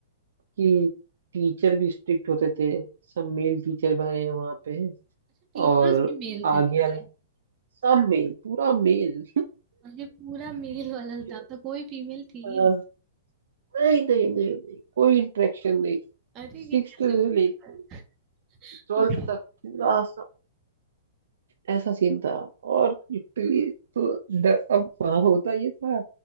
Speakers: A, on the right; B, on the right.
A: कि टीचर भी स्ट्रिक्ट होते थे सब मेल टीचर भरे हैं वहां पे
B: अच्छा टीचर्स
A: और
B: भी मेल थे
A: आगे
B: सारे
A: वाले सब मेल पूरा मेल
B: अरे पूरा मेल
A: <laughs>
B: वाला स्टाफ था तो कोई फीमेल थी
A: हाँ,
B: ही नहीं
A: नहीं नहीं नहीं नहीं कोई इंटरेक्शन नहीं
B: अरे
A: सिक्स
B: ये कैसे
A: से
B: हो सकता
A: लेके ट्वेल्थ
B: है
A: तक पूरा सा- ऐसा सीन था और लिटरली तो ड- अब वहां होता ये था